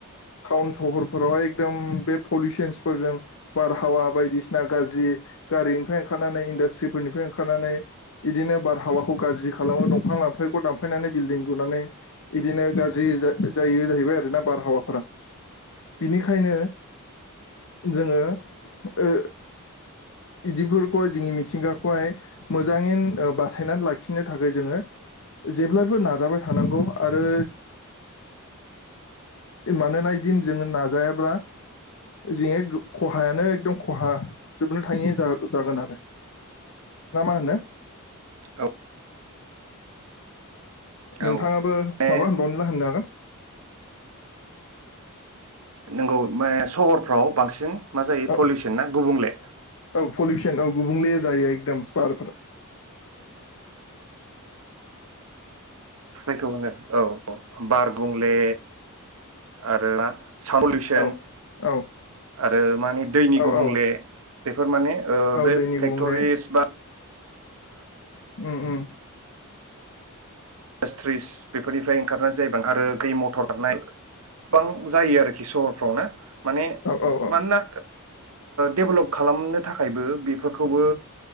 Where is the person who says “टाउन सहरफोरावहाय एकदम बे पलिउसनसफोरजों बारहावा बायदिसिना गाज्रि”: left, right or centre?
Left